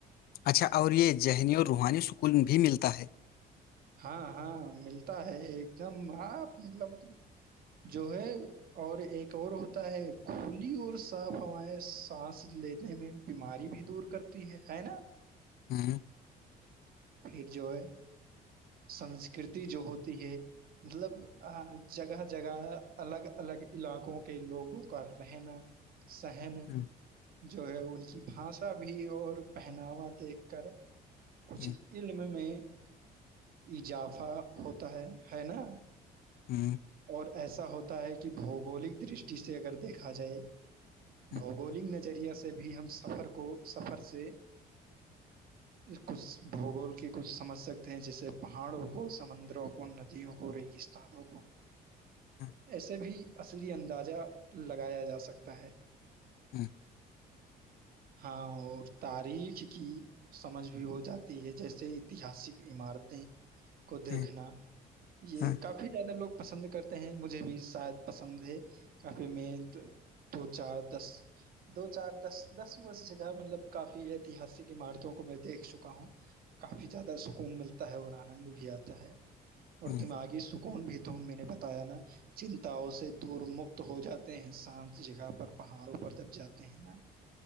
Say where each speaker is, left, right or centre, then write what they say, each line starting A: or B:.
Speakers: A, on the left; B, on the right.
A: اچھا اور یہ ذہنی اور روحانی سکون بھی ملتا ہے
B: ہاں ہاں ملتا ہے ایک دم ہاں مطلب جو ہے اور ایک اور ہوتا ہے کھلی اور صاف ہوائیں سانس لینے میں بیماری بھی دور کرتی ہے ہے نا
A: ہاں <inaudible>
B: پھر جو ہے <inaudible> سنسکرتی جو ہوتی ہے <inaudible> مطلب جگہ جگہ الگ الگ علاقوں کے لوگوں کا رہنا صہن
A: ہوں،
B: <inaudible> جو ہے ان کی بھاشا بھی اور پہناوا دیکھ کر کچی
A: ہوں،
B: <inaudible> میں میں <inaudible> اضافہ ہوتا ہے ہے نا
A: ہوں، ہوں،
B: اور ایسا ہوتا ہے کہ بھگولک درش چٹی سے اگر دیکھا جائے <inaudible>
A: ہوں،
B: بوگولک ن ج <inaudible> سے بھی ہم سفر کو سفر سے کچھ بھگول کے کچھ سمجھ سکتے ہیں جسے پہاڑوں کو سمندروں کو ندیوں کو ریگ وں کو
A: ہوں،
B: ایسے بھی <inaudible> اصلی اندازہ لگایا جا سکتا ہے
A: ہوں <inaudible>
B: ہاں اور تاریخ کی سمجھ بھی ہو جاتی ہے جیسے ایتحسک عمارتیں <inaudible> کو دیکھنا
A: ہوں،
B: یہ
A: ہوں،
B: کافی زیادہ لوگ پسند کرتے ہیں مجھے بھی شاید پسند ہے کافی میںد دو چار دس دو چار دس دس بس جگہ مطلب کافی ایتہسک عمارتوں کو میں دیکھ چکا ہوں ج کافی زیادہ سکون ملتا ہے اور آنند بھی بھی آتا ہے <inaudible>
A: ہوں،
B: اور تم آگے س کون بھی ت میں نے بتایا نا چنتاؤ سے دور مکت ہو جاتے ہیں شانت جگہ پر پہاڑوں پر جب جاتے ہیں نا